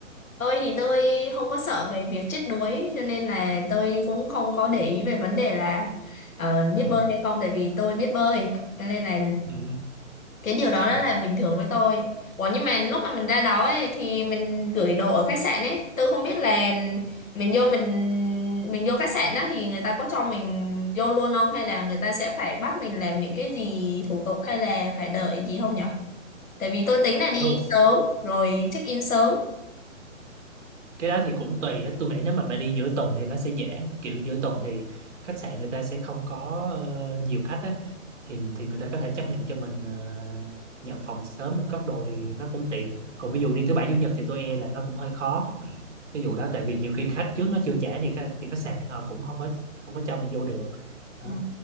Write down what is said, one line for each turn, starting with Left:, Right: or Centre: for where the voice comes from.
Left: Tôi thì tôi không có sợ về việc chết đuối cho nên là tôi cũng không có để ý về vấn đề là ờ, biết
Right: ừ,
Left: bơi hay không tại vì tôi biết bơi cho nên là
Right: ừ,
Left: cái điều đó rất
Right: ừ.
Left: là bình thường với tôi. Ủa nhưng mà lúc mà mình ra đó ấy, thì mình gửi đồ ở khách sạn ấy tôi không biết là mình vô mình mình vô khách sạn đó thì người ta có cho mình vô luôn không hay là người ta sẽ phải bắt mình làm những cái gì thủ tục hay là phải đợi gì không nhở Tại vì tôi tính là đi
Right: thường
Left: sớm rồi check in sớm.
Right: cái đó thì cũng tùy á tôi nghĩ nếu mà bạn đi giữa tuần thì nó sẽ dễ kiểu giữa tuần thì khách sạn người ta sẽ không có ờ, nhiều khách á thì thì người ta có thể chấp nhận cho mình ờ, nhận phòng sớm mình cất đồ thì nó cũng tiện còn ví dụ đi thứ bảy chủ nhật thì tôi e là nó cũng hơi khó ví dụ đó tại vì nhiều khi khách trước nó chưa trả thì khách, thì khách sạn họ cũng không có không có cho mình vô được đó.
Left: Ừ.